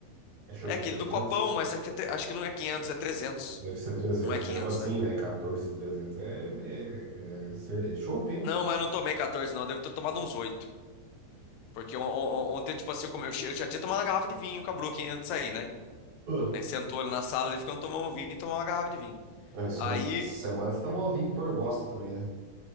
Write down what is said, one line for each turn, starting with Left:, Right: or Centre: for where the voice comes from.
Right: É chopp
Left: É aquele
Right: de 300?
Left: do copão, mas acho que é tre- acho que não é quinhentos, é 300.
Right: Deve ser 300
Left: Não é 500,
Right: mesmo assim,
Left: né?
Right: velho. 14 de é, é, é, cer- é chopp, hein?
Left: Não, mas não tomei 14, não. Devo ter tomado uns oito, Porque on- on- ontem, tipo assim, eu, come- eu che- eu já tinha tomado uma garrafa de vinho com a Brooklyn antes de sair, né?
Right: Uh.
Left: Né, Sentou ali na sala, ele ficando tomando vinho e tomou uma garrafa de vinho.
Right: Essa,
Left: Aí,
Right: essa semana vocês estão novinhos por bosta também, né?